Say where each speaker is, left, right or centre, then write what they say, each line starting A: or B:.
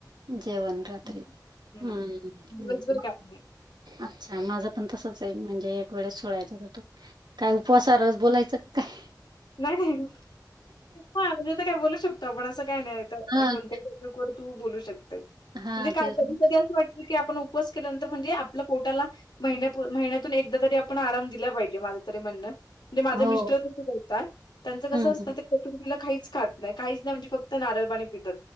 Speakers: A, on the right; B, on the left.
A: जेवन रात्री
B: हं. हं.
A: हम्म
B: दिवसभर
A: हम्म.
B: काय नाही.
A: अच्छा माझं पण तसच आहे म्हणजे एक वेळेस सोडळायचा होतो. काय उपवासाच बोलायचं काय.
B: नाही नाही हा म्हणजे काय बोलू शकतो आपण असं काय नाही
A: हां
B: कोणते तू बोलू शकतेस
A: हां
B: म्हणजे काय
A: तेच
B: कधी
A: ना.
B: कधी वाटत की आपण उपवास केल्यानंतर म्हणजे आपल्या पोटाला महिण्या महिन्यातून एकदा तरी आपण आराम दिला पाहिजे माझं तरी म्हणणं. म्हणजे माझे
A: हो
B: मिस्टर तिथे बोलतात त्यांचं कसं
A: हम्म
B: असतं ते तर तुम्ही तिला काहीच खात नाही काहीच नाही म्हणजे फक्त नारळ पाणी पितात.